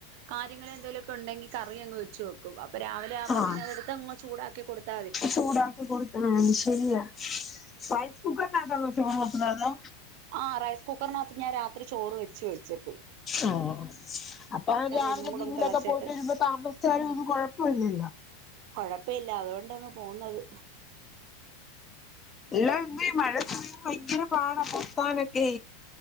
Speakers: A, on the right (about 55°); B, on the left (about 20°).
A: കാര്യങ്ങളോ എന്തെങ്കലുമൊക്കെ ഉണ്ടെങ്കി കറി അങ്ങ് വെച്ച വെക്കും അവെ ആുമ്പ
B: ആഹ്
A: പിന്നെ അടുത്ത് ചൂടാക്കി കൊടുത്ത
B: ചൂടാക്കി കൊടുക്കണ ശരിയാ റൈസ് കുക്കറിക്കോട്ടപ്പതോ
A: ആ റൈസ് കുക്കറിനകത്ത് ഞാൻ രാത്രി ചോറ് വെച്ചു വേച്ചേക്കും
B: ആ അപ്പൊ രാവിലെ
A: ഒന്നും കൂടെ
B: ജിമ്മിയിലൊക്കെ
A: ഒന്ന് തിളച്ചിട്ട്
B: പോയിട്ട് വരുമ്പോ താമസിച്ചാലും ഒന്നും കൊഴപ്പം ഇല്ലല്ലോ
A: കൊഴപ്പം ഇല്ല അതുകൊണ്ടാണ് പോകുന്നത്
B: എല്ലാന്ന് മഴ പം ഭയങ്കര പാടാ പത്താനൊക്കെ